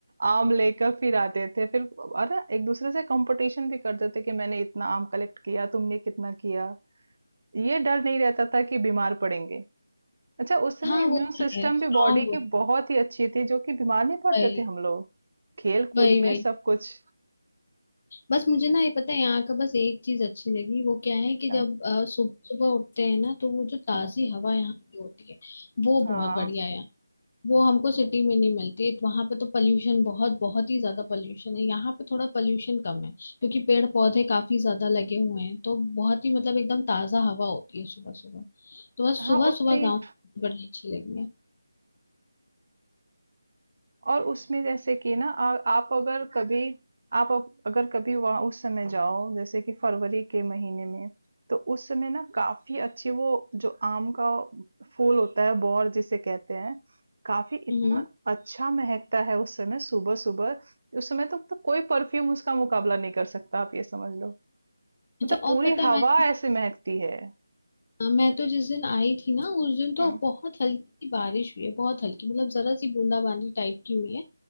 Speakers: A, on the right; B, on the left.
A: आम लेकर फिर आते थे फिर अरे एक दूसरे से कंपटीशन भी करते थे कि मैंने इतना आम कलेक्ट किया तुमने कितना किया ये डर नहीं रहता था कि बीमार पड़ेंगे अच्छा उस समय
B: हाँ
A: इम्यून
B: वो तो
A: सिस्टम
B: है स्ट्रांग
A: भी बॉडी
B: हो।
A: की बहुत ही अच्छी थी जो कि बीमार नहीं पड़ते
B: वही
A: थे हम लोग खेल
B: वही
A: कूद में
B: वही
A: सब कुछ
B: बस मुझे ना ये पता है यहाँ का बस एक चीज अच्छी लगी वो क्या है कि
A: हाँ
B: जब सुबह सुबह उठते हैं ना तो वो जो ताजी
A: हाँ
B: हवा यहाँ की होती है वो
A: हाँ
B: बहुत बढ़िया है वो हमको सिटी में नहीं मिलती वहां पे तो पोल्यूशन बहुत बहुत ही ज्यादा पोल्यूशन है यहाँ पे थोड़ा पोल्यूशन कम है क्योंकि पेड़ पौधे काफी ज्यादा लगे हुए हैं तो बहुत ही मतलब एकदम ताजा हवा होती है सुबह सुबह तो बस
A: हाँ,
B: सुबह
A: उतनी
B: सुबह गाँव बड़ी अच्छी लगी है
A: और उसमें जैसे कि ना आ, आप अगर कभी आप अप- अगर कभी वहां उस समय जाओ जैसे कि फरवरी के महीने में तो उस समय ना काफी अच्छी वो जो आम का फूल होता है बौर जिसे कहते हैं काफी इतना
B: हम्म
A: अच्छा महकता है उस समय सुबह सुबह उस समय तो, तो कोई परफ्यूम उसका मुकाबला नहीं कर सकता आप ये समझ लो
B: अच्छा
A: मतलब पूरी
B: और पता है
A: हवा
B: मैं
A: ऐसे महकती है
B: हाँ, मैं तो जिस दिन आई थी ना उस दिन तो
A: हम्म
B: बहुत हल्की सी बारिश हुई है बहुत हल्की मतलब जरा सी बूंदाबांदी टाइप की हुई है